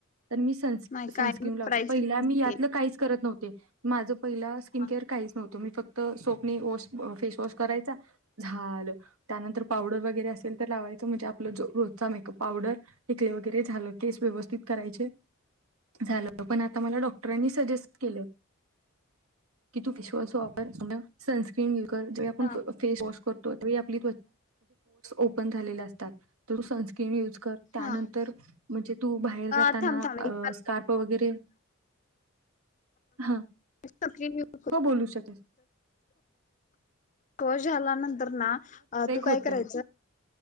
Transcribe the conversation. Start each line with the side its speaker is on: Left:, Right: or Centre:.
Right: तर मी सन
Left: नाही
Right: सनस्क्रीन
Left: काय वापरायच
Right: लावते पहिला
Left: सनस्क्रीन
Right: मी यातलं काहीच करत नव्हते. ते माझं. पहिला स्किन
Left: हा
Right: केअर काहीच नव्हतं मी फक्त सोपनी वॉश फेस वॉश करायचा झाल त्यानंतर पावडर वगैरे असेल तर लावायच म्हण आप जो रोजचा मेकअप पावडर टिकली वगैरे झालं केस व्यवस्थित कराय झा पण आ मला डक्टरांनी सजेस्ट की तू फेस वॉश अस वापर सनस्क्रीन य े आपेसवश
Left: हा
Right: <unintelligible> आप म्हर् ओप झा अस <unintelligible> <unintelligible> त्यानंतर
Left: हा
Right: म्हणजे तू बाहेर
Left: अ
Right: जाताना
Left: थांब थांब एक
Right: स्कारप वगैरे हा
Left: सनस्क्रीन यूज
Right: हो बोलू शकस
Left: हो झाला. नंतर ना तू काय
Right: होतोय
Left: करायचं